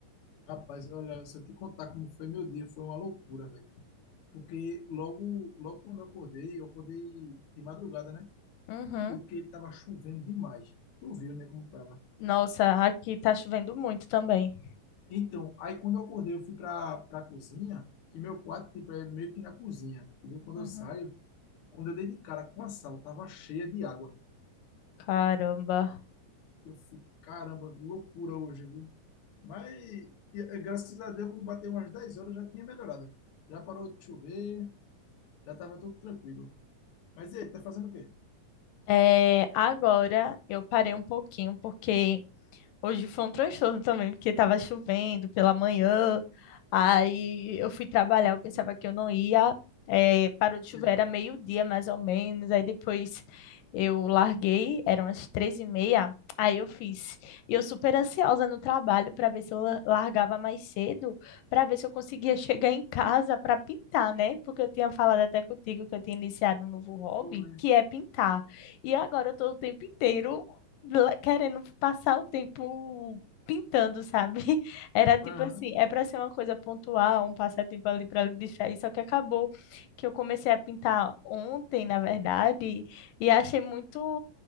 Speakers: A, on the left; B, on the left.
A: Rapaz, olha, se eu te contar como foi meu dia, foi uma loucura, velho. Porque logo, logo quando eu acordei, eu acordei de madrugada, né?
B: Uhum.
A: Porque tava chovendo demais. Tu viu, né, como tava.
B: Nossa, aqui tá chovendo muito também.
A: Então, aí quando eu acordei, eu fui pra, pra cozinha, que meu quarto, tipo, é meio que na cozinha, entendeu? Quando
B: Uhum.
A: eu saio, quando eu dei de cara com a sala, tava cheia de água.
B: Caramba.
A: Eu fui, caramba, loucura hoje, viu? Mas, e- e graças a Deus, quando bateu umas 10 horas, já tinha melhorado. Já parou de chover, Já tava tudo tranquilo. Mas e aí, tá fazendo o quê?
B: É, agora eu parei um pouquinho porque Hoje foi um transtorno também, porque estava chovendo pela manhã, aí eu fui trabalhar, eu pensava que eu não ia, eh, parou de chover,
A: Eita,
B: era meio-dia mais ou menos, aí depois eu larguei, eram as três e meia, aí eu fiz. E eu super ansiosa no trabalho para ver se eu la- largava mais cedo, para ver se eu conseguia chegar em casa para pintar, né? Porque eu tinha falado até contigo que eu tinha iniciado um novo hobby,
A: foi.
B: que é pintar. E agora eu estou o tempo inteiro lá- querendo passar o tempo pintando, sabe? <laughs> Era tipo
A: Aham.
B: assim, é para ser uma coisa pontual, um passatempo ali para distrair, só que acabou que eu comecei a pintar ontem, na verdade, e achei muito